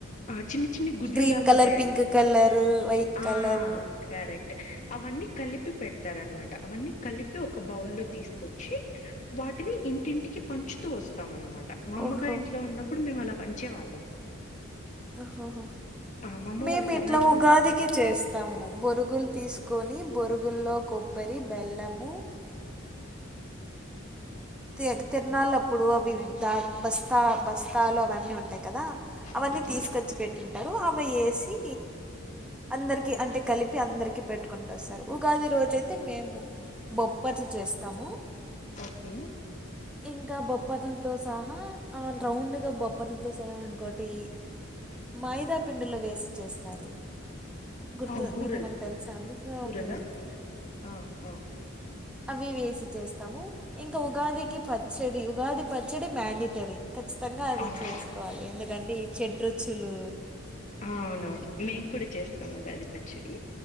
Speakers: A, on the left; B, in the centre.
A: ఆ చిన్న చిన్ని గుడ్లులాగా
B: గ్రీన్ కలర్
A: ఉంటాయి
B: పింక్
A: అవి
B: కలర్ వైట్
A: ఆ
B: కలర్
A: కరెక్ట్ అవన్నీ కలిపి పెడతారునమాట అవన్నీ కలిపి ఒక బౌలో తీసుకొచ్చి వాటిని ఇంటింటికి పంచుతూ వస్తాం అన్నమాట మా అమ్మగారి
B: ఓహో
A: ఇంట్లో ఉన్నప్పుడు మేము అలా పనిచే వాళ్ళం
B: అహ హ
A: ఆ మా అమ్మ
B: మేము
A: వాళ్ళు కర్ణాటకలో
B: ఇట్లా ఉగాదికి
A: ఉంటారు
B: చేస్తాము బొరుగులు తీసుకొని పొరుగుల్లో కొబ్బరి బెల్లము తి తిరనాళ అప్పుడు అవి ద బస్తా బస్తాలు అవన్నీ ఉంటాయి కదా అవన్నీ
A: అవునా
B: తీసుకొచ్చి పెట్టింటారు అవి వేసి అందరికి అంటే కలిపి అందరికి పెట్టుకుంటూ వస్తారు ఉగాది రోజయితే మేము బొప్పట్లు చేస్తాము
A: ఓకే
B: ఇంకా బొప్పట్లతో సహా రౌండ్గా బొప్పట్లతో సహా అనుకోటి మైదా పిండీలో వేసి చేస్తారు గుర్తు
A: ఆ బూరెలు
B: మీకు ఏమన్నా తెలుసా అండి
A: బూరెలా
B: బోరైతే
A: ఆ ఆ
B: అవి వేసి చేస్తాము ఇంకా ఉగాది పచ్చడి ఉగాది పచ్చడి మ్యాడిటరీ ఖచ్చితంగా అది
A: అవును
B: చేసుకోవాలి ఎందుకంటే చెడు రుచులు
A: అవునవును మేము కూడా చేస్తాము ఉగాది పచ్చడి